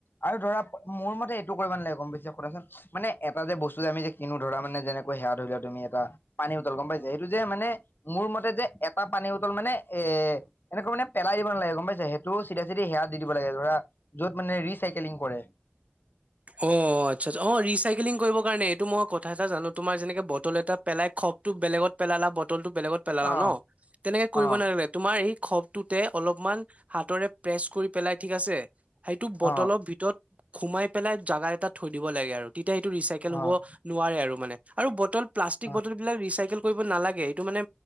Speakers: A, on the left; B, on the right.
A: আৰু ধৰা, মোৰ মতে এইটো কৰিব নালাগে, গম পাইছে? শুনাচোন মানে এটা যে বস্তু যে আমি যে কিনো, ধৰা মানে যেনেকৈ সেয়া ধৰি লোৱা, তুমি এটা পানী বটল, গম পাইছে? সেইটো যে মানে মোৰ মতে যে এটা পানী বটল মানে এ- এনেকুৱা মানে পেলাই দিব নালাগে, গম পাইছে? সেইটো চিধা-চিধি সেয়াত দি দিব লাগে, ধৰা য'ত মানে ৰিচাইকেলিং কৰে।
B: অ' আচ্ছা - আচ্ছা, অ' ৰিচাইকেলিং কৰিবৰ কাৰণে, এইটো মই কথা এটা জানো তোমাৰ যেনেকে বটল এটা পেলাই খপটো বেলেগত পেলালা ব টলটো বেলেগত পেলালা
A: অ
B: ন'? তেনেকে কৰিব
A: অ
B: নালাগে। তোমাৰ এই খবটোতে অলপমান হাতৰে প্ৰেচ কৰি পেলাই ঠিক আছে সেইটো বটলৰ
A: অ',
B: ভিতৰত সোমাই পেলাই জাগা এটা থৈ দিব লাগে আৰু এতিয়া সেইটো ৰিচাইকেল
A: অ',
B: হ'ব নোৱাৰে আৰু মানে আৰু বটল প্লাষ্টিক
A: অ',
B: বটল বিলাক ৰিচাইকেল নালাগে এইটো মানে